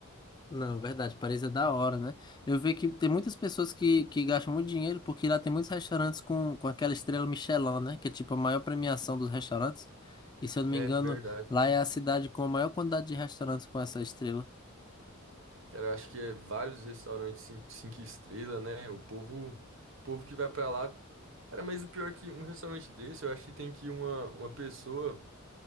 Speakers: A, on the left; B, on the right.
A: Não, verdade, parece da hora, né? Eu vejo que tem muitas pessoas que, que gastam muito dinheiro porque lá tem muitos restaurantes com, com aquela estrela Michelin, né? Que é tipo a maior premiação dos restaurantes. E se eu não
B: É,
A: me engano,
B: verdade.
A: lá é a cidade com a maior quantidade de restaurantes com essa estrela.
B: Cara, eu acho que é vários restaurantes cinco, cinco estrelas, né? O povo, o povo que vai pra lá. Cara, mas o pior é que um restaurante desse, eu acho que tem que ir uma, uma pessoa,